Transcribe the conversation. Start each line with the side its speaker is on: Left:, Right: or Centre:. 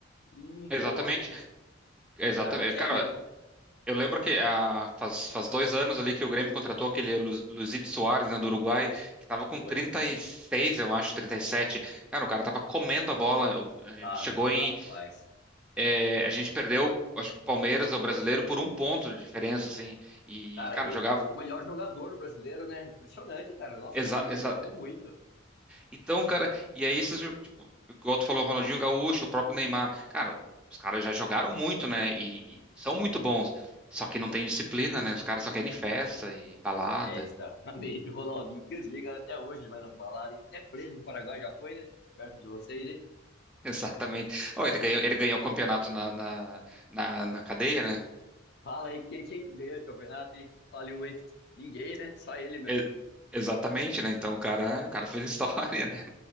Left: Não
Centre: Exatamente,
Left: tem lógica isso.
Centre: exatamente.
Left: O cara não quer
Centre: Cara,
Left: mesmo.
Centre: eu lembro que ah, faz, faz dois anos ali que o Grêmio contratou aquele Lu- Luizito Soares, né, do Uruguai, que tava com
Left: Foi.
Centre: 36, eu acho, 37. Cara, o cara tava comendo a bola. O- A gente
Left: Tava,
Centre: chegou em.
Left: rapaz.
Centre: eh, a gente perdeu, acho que o Palmeiras, o brasileiro, por um ponto de diferença, assim. E,
Left: Cara,
Centre: cara,
Left: e-
Centre: jogava.
Left: ele foi o melhor jogador do brasileiro, né? Impressionante, cara. Nossa,
Centre: Exa,
Left: que ele,
Centre: exa,
Left: ele jogou muito.
Centre: Então, cara, e aí esses jogos, tipo, igual tu falou, Ronaldinho Gaúcho, o próprio Neymar, cara, os caras já jogaram muito, né? E, e são
Left: Sim,
Centre: muito bons. Só que não tem disciplina, né? Os caras só querem festa e balada.
Left: é exatamente
Centre: e-
Left: <laughs> o Ronaldinho que eu digo até hoje, vai nas baladas. Até preso no Paraguai já foi, né? Perto de vocês, hein?
Centre: <laughs> Exatamente. Oh, ele ganhou, ele ganhou o campeonato na, na, na, na cadeia, né?
Left: Fala aí, quem, quem que ganhou esse campeonato, hein? Fale um aí. Ninguém, né? Só ele mesmo.
Centre: E- exatamente, né? Então o cara, o cara fez história, <laughs> né?